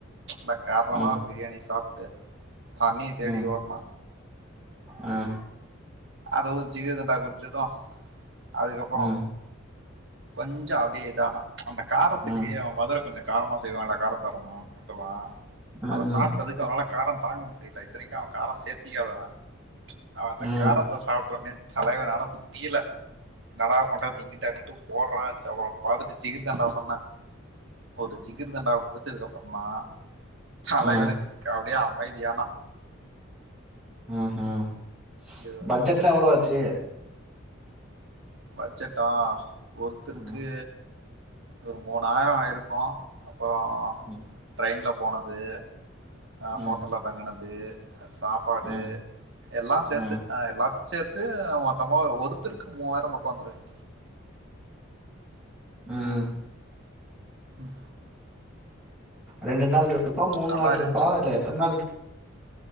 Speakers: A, on the right; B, in the centre.
A: நல்லா காரமான
B: ம்
A: பிரியாணி சாப்ட்டு தண்ணிய தேடி
B: ம்
A: ஓட்னா
B: ம்
A: அதுவு ஜிகர்தண்டா குடிச்சது அதுக்கப்புறோ
B: ம்
A: கொஞ்சோ அப்டியே இதானா அந்த காரத்துக்கு
B: ம்
A: அவ மதுர கொஞ்சோ காரமா செய்வாங்ளா காரசாரமா ஃபுட்டெல்லா
B: ம் ம்
A: அத சாப்ட்டதுக்கு அவனால காரோ தாங்க முடில இத்தனைக்கு அவ காரோ சேத்திக்காதவ அவ அந்தக்
B: ம்
A: ரத்த சாப்ட்டோடனே தலைவனால முடியல என்னடா பண்றது இங்கிட்டு அங்கு து போடுறா அப்புறோ பாத்தட்டு ஜிகிர்தண்டாவ சொன்னே ஒரு ஜிகிர்தண்டாவ குடிச்சத்துக்கு அப்புறொதா தலைவன்னு
B: ம் ம்
A: க அப்டியே அமைதியானா
B: ம் ஹும்
A: ஐயோ
B: பட்ஜெட்லா
A: ஐயோ
B: எவ்ளோ ஆச்சு
A: பட்ஜெட்டா ஒருத்தருக்கு
B: ம்
A: ஒரு மூணாயிரோ ஆயிருக்கோ அப்புறோ
B: ம்
A: ட்ரெயின்ல போனது அ
B: ம்
A: ஹோட்டல்ல தங்குனது சாப்பாடு
B: ம்
A: எல்லா சேத்து
B: ம்
A: ஆ எல்லாத் சேத்து மொத்தமா ஒருத்தருக்கு மூவாயிரோ பக்கோ வந்துரோகி
B: ம்
A: ம்
B: ரெண்டு நாள் ட்ரிப்பா மூணு
A: நல்லா
B: நாள் ட்ரிப்பா
A: இருந்ச்சு
B: இல்ல எத்தன நாள் ட்ரி